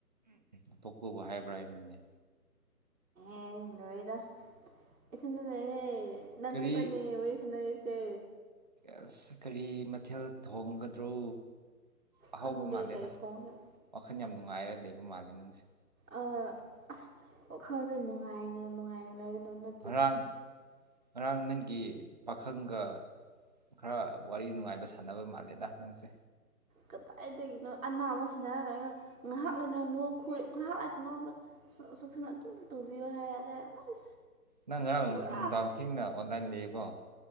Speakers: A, on the right (about 25°); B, on the right (about 55°).
A: ꯑꯇꯣꯞꯄꯕꯨ ꯍꯥꯏꯕ꯭ꯔꯥ ꯍꯥꯏꯕꯅꯤꯅꯦ
B: ꯑꯦ ꯂꯣꯏꯔꯦꯗ ꯏꯊꯟꯗ‌‌‌‌ ꯂꯩꯌꯦ ꯅꯪ
A: ꯀꯔꯤ
B: ꯈꯛꯇꯪꯅꯤ ꯋꯥꯔꯤ ꯁꯥꯟꯅꯔꯤꯁꯦ
A: ꯑꯁ ꯀꯔꯤ ꯃꯊꯦꯜ ꯊꯣꯡꯒꯗ꯭ꯔꯣ ꯑꯍꯥꯎꯕ
B: ꯈꯪꯗꯦ
A: ꯃꯥꯜꯂꯦꯗ
B: ꯀꯩ ꯊꯣꯡꯁꯤꯔ
A: ꯋꯥꯈꯜ ꯌꯥꯝ ꯅꯨꯡꯉꯥꯏꯔ ꯂꯩꯕ ꯃꯥꯜꯂꯦ ꯅꯪꯁꯦ
B: ꯑꯥ ꯑꯁ ꯋꯥꯈꯜꯁꯦ ꯅꯨꯡꯉꯥꯏꯅ ꯅꯨꯡꯉꯥꯏꯅ ꯂꯩꯒꯗꯕ ꯅꯠꯇ
A: ꯉꯔꯥꯡ ꯉꯔꯥꯡ ꯅꯪꯒꯤ ꯄꯥꯈꯪꯒ ꯈꯔ ꯋꯥꯔꯤ ꯅꯨꯡꯉꯥꯏꯕ ꯁꯥꯟꯅꯕ ꯃꯥꯜꯂꯦꯗ ꯅꯪꯁꯦ
B: ꯀꯗꯥꯏꯗꯒꯤꯅꯣ ꯑꯅꯥꯕ ꯁꯦꯟꯅꯔꯒ ꯉꯥꯏꯍꯥꯛ ꯂꯩꯅ ꯂꯣꯛ ꯈꯨ ꯉꯥꯏꯍꯥꯛ ꯉꯥꯛꯇꯅꯣ ꯁꯣꯛꯁꯤꯅ ꯑꯗꯨꯝ ꯇꯨꯕꯤꯌꯣ ꯍꯥꯏꯌꯦꯅꯦ ꯑꯁ
A: ꯅꯪ ꯉꯔꯥꯡ
B: ꯄꯨꯔꯥ
A: ꯅꯨꯡꯗꯥꯡ ꯊꯤꯡꯅ ꯑꯣꯟꯂꯥꯏꯟ ꯂꯩꯌꯦꯀꯣ